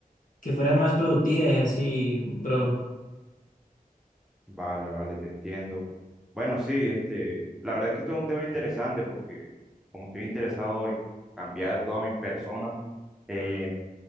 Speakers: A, on the left; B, in the centre.
A: que fueran más productivas y así, bro.
B: Vale, vale, te entiendo. Bueno, sí, este, la verdad es que todo es un tema interesante porque como estoy interesado en cambiar toda mi persona, eh,